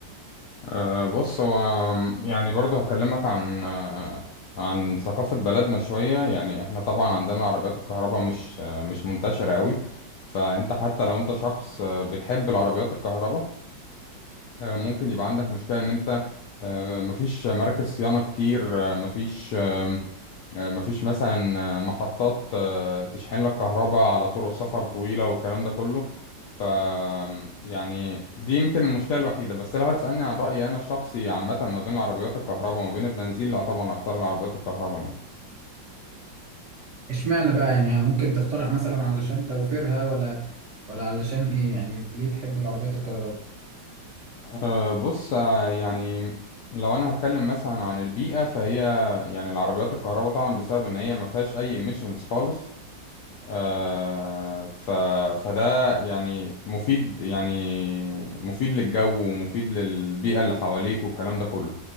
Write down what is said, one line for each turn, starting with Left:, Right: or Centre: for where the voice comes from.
Left: أه بص هو يعني برضو هكلمك عن أه عن ثقافة بلدنا شوية يعني احنا طبعا عندنا عربيات الكهرباء مش أه مش منتشرة قوي فانت حتى لو انت شخص أه بتحب العربيات الكهرباء أه ممكن يبقى عندك مشكلة ان انت أه مفيش مراكز صيانة كتير أه مفيش آه، مفيش مثلا آه، محطات آه، تشحن لك كهرباء على طرق سفر طويلة والكلام ده كله ف يعني دي يمكن المشكلة الوحيدة بس لو هتسألني عن رأيي أنا الشخصي عامة ما بين العربيات الكهرباء وما بين البنزين لا طبعا هختار العربيات الكهرباء يعني
Right: اشمعنى بقى يعني ممكن تختارها مثلا علشان توفيرها ولا ولا علشان ايه يعني ليه تحب العربيات الكهرباء
Left: أه بص آه، يعني لو أنا هتكلم مثلا عن البيئة فهي يعني العربيات الكهرباء طبعا بسبب إن هي ما فيهاش أي emissions خالص آه، ف... فده يعني مفيد يعني مفيد للجو ومفيد للبيئة اللي حواليك والكلام ده كله